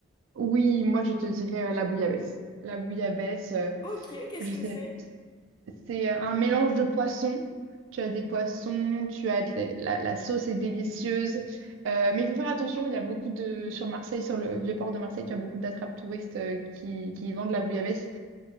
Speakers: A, on the right; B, on the left.
A: Oui, moi je te dirais euh, la bouillabaisse. La bouillabaisse, euh,
B: Ok, qu'est-ce
A: je
B: que
A: sais.
B: c'est?
A: C'est euh, un mélange de poissons. Tu as des poissons, tu as de la, la- la sauce est délicieuse. Euh, mais il faut faire attention, il y a beaucoup de... Sur Marseille, sur le vieux port de Marseille, tu as beaucoup d'attrapes touristes euh, qui, qui vendent la bouillabaisse.